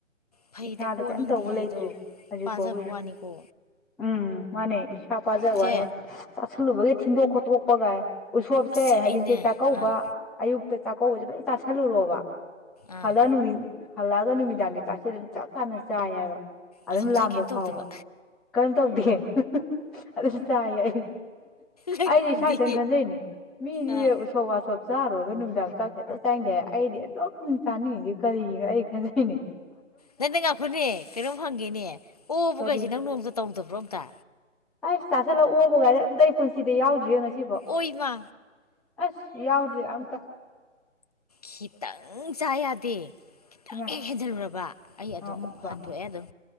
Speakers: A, on the left; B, in the centre.
A: ꯐꯩꯗꯀꯣ
B: ꯏꯁꯥꯗ ꯀꯩꯝ
A: ꯅꯪꯗꯤ
B: ꯇꯧꯕ
A: ꯍꯦꯗꯣ
B: ꯂꯩꯇ꯭ꯔꯤ ꯍꯧꯖꯤꯛ
A: ꯄꯥꯖꯕ
B: ꯐꯥꯎꯒꯤꯗꯤ
A: ꯋꯥꯅꯤꯀꯣ
B: ꯎꯝ ꯃꯥꯅꯦ ꯏꯁꯥ ꯄꯥꯖꯕꯩ
A: ꯁꯦ
B: ꯋꯥꯅꯦ ꯆꯥꯥꯁꯜꯂꯨꯕꯒꯤ ꯊꯤꯟꯗꯣꯛ ꯈꯣꯠꯇꯣꯛꯄꯒꯥꯏ ꯎꯁꯣꯞꯁꯦ
A: ꯑꯁ
B: ꯍꯧꯖꯤꯛꯁꯦ
A: ꯑꯩꯅꯦ
B: ꯆꯥꯛꯀꯧꯕ
A: ꯑꯥ
B: ꯑꯌꯨꯛꯇꯥ ꯆꯥꯛꯀꯧꯕꯖꯦ ꯐꯖꯟ ꯆꯥꯁꯜꯂꯨꯔꯣꯕ
A: ꯑꯥ
B: ꯍꯜꯂ ꯅꯨꯡꯗꯤꯟ ꯍꯜꯂꯛꯑꯒ ꯅꯨꯃꯤꯗꯥꯡꯒꯤ ꯆꯥꯛꯁꯤ ꯑꯗꯨꯝ ꯆꯞ ꯆꯥꯅ ꯆꯥꯏ ꯍꯥꯏꯕ ꯑꯗꯨꯝ
A: ꯑꯁꯝ
B: ꯂꯥꯝꯕ
A: ꯆꯥꯏ ꯀꯩꯝ ꯇꯧꯗꯕ
B: ꯐꯥꯎꯕ ꯀꯔꯤꯝ ꯇꯧꯗꯦ ꯑꯗꯨꯁꯨ ꯆꯥꯏꯌꯦ ꯑꯩ
A: ꯅꯪꯗꯤ
B: ꯑꯩꯗꯤ ꯏꯁꯥ ꯏꯊꯟ ꯈꯟꯖꯩꯅꯦ ꯃꯤꯗꯤ
A: ꯑꯥ
B: ꯎꯁꯣꯞ ꯋꯥꯁꯣꯞ ꯆꯥꯔꯨꯔꯒ ꯅꯨꯃꯤꯗꯥꯡ ꯆꯥꯛ ꯍꯦꯛꯇꯥ ꯆꯥꯅꯤꯡꯗꯦ ꯑꯩꯗꯤ ꯑꯗꯨꯝ ꯆꯥꯅꯤꯡꯉꯤꯒꯤꯖꯦ ꯀꯔꯤꯒꯤꯅꯣ ꯑꯩ ꯈꯟꯖꯩꯅꯤ
A: ꯅꯪ ꯅꯪ ꯉꯥꯛꯈꯣꯏꯅꯦ ꯀꯩꯅꯣꯝ ꯍꯪꯒꯦꯅꯦ ꯑꯣꯕ
B: ꯀꯔꯤ
A: ꯀꯩꯁꯦ ꯅꯪ ꯅꯣꯡꯇꯥ ꯇꯧꯗꯕ꯭ꯔꯣ ꯑꯝꯇ
B: ꯑꯁ ꯆꯥꯁꯤꯜꯂ ꯑꯣꯕꯒꯥꯏꯗꯤ ꯑꯝꯇ ꯑꯩ ꯄꯨꯟꯁꯤꯗ ꯌꯥꯎꯗ꯭ꯔꯤꯌꯦ ꯉꯁꯤꯕꯣꯛ
A: ꯑꯣꯏꯃꯥ
B: ꯑꯁ ꯌꯥꯎꯗ꯭ꯔꯤ ꯑꯝꯇꯥ
A: ꯈꯤꯇꯪ ꯆꯥ ꯌꯥꯗꯦ ꯈꯤꯇꯪ
B: ꯏꯃꯥꯏ
A: ꯍꯦꯛ ꯍꯦꯟꯖꯜꯂꯨꯔꯕ ꯑꯩ ꯑꯗꯨꯝ
B: ꯑ ꯑꯣꯛꯄ
A: ꯍꯟꯇꯣꯛꯑꯦ ꯑꯗꯨꯝ